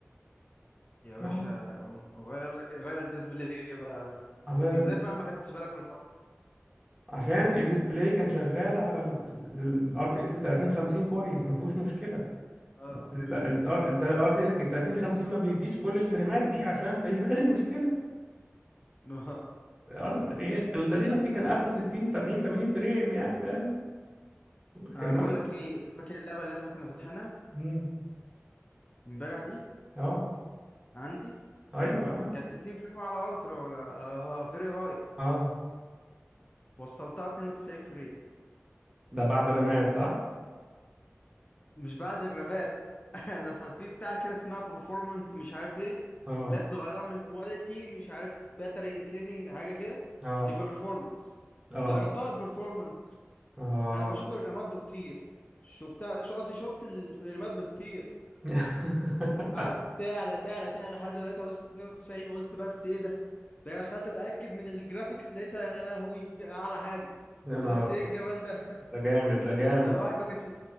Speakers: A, on the left (about 30°); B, on the right (about 20°).
A: يا باشا
B: آه.
A: غير لك غير الديسبلاي بقى ده
B: اغير
A: وانت ازاي فعلا ما خدتش بالك من الحوار ده؟
B: عشان الديسبلاي كان شغال على الار تي اكس 3050 كويس ما فيهوش مشكله
A: اه
B: الار تي 3050 ما بيديش كل الفريمات دي عشان يبقى لي مشكله
A: آه. <laughs>
B: ال 3050 كان اخره 60 70 80 فريم يعني فاهم لكن
A: انا بقول
B: ده م-
A: لك ايه فاكر اللعبه اللي احنا كنا فاتحينها
B: مم.
A: امبارح دي
B: اه
A: عندي
B: ايوه
A: كانت 60 فريم على الترا ولا على ها فيري هاي
B: اه
A: وصلتها 92 فريم
B: ده بعد الرماد صح
A: مش بعد الربات <laughs> أنا ففي بتاع كده اسمها برفورمانس مش عارف ايه
B: اه
A: لاب غيرها من كواليتي مش عارف باتري سيفنج حاجه كده
B: اه
A: لبرفورمانس
B: اه
A: غيرتها لبرفورمانس بس
B: اه
A: انا بشوف الرامات بتطير شفتها مش قصدي شفت الرامات بتطير
B: <laughs>
A: قعدت تعلى تعلى تعلى لحد دلوقتي وصلت 92 قلت بس ايه ده ده أنا دخلت اتاكد من الجرافيكس لقيتها يا لهوي اعلى حاجه
B: يا نهار
A: قلت
B: ابيض
A: ايه الجمال ده <laughs>
B: ده جامد ده جامد
A: ده الواحد ما كانش